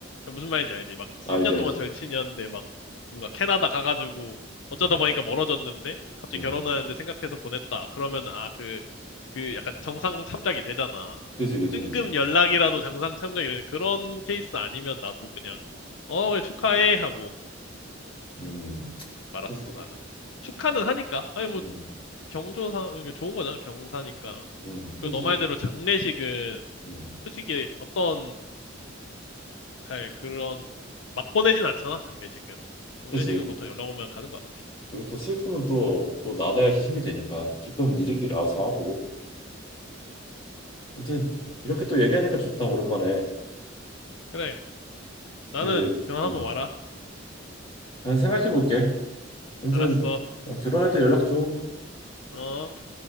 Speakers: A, on the left; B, on the left.
A: 아, 무슨 말인지 알지? 막 3년
B: 알지 알지.
A: 동안 절친이었는데 막 뭔가 캐나다 가가지고 어쩌다
B: 응.
A: 보니까 멀어졌는데 갑자기
B: 응.
A: 결혼하는데 생각해서 보냈다. 그러면 아, 그, 그 약간 정상 참작이 되잖아.
B: 그지 그지
A: 뜬금
B: 그지.
A: 연락이라도 정상 참작이 되는 그런 케이스 아니면 나도 그냥 어, 그래, 축하해 하고
B: 음.
A: 말았어,
B: 그지.
A: 나는. 축하는 하니까. 아니 뭐
B: 음.
A: 경조사 이게 좋은 거잖아, 경사니까.
B: 음.
A: 그리고
B: 그지.
A: 너 말대로 장례식은
B: 음.
A: 솔직히 어떤 잘 그런 막 보내진 않잖아 장례식은 장례식은
B: 그지.
A: 보통 연락 오면 가는 것 같아
B: 그리고 또 슬픔은 또 또 나눠야지 힘이 되니까 기쁨은 니들끼리 알아서 하고. 아무튼 이렇게 또 얘기하니까 좋다 오랜만에.
A: 그래 나는
B: 그
A: 결혼하면
B: 음.
A: 와라
B: 난 생각해 볼게. 아무튼
A: 알았어
B: 어, 결혼할 때 연락 줘.
A: 어